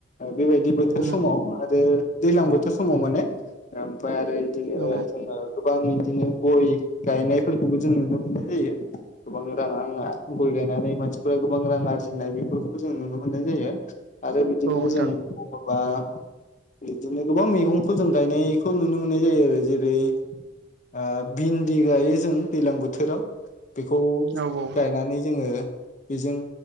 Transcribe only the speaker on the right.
उम
औ
औ नोंथां
औ औ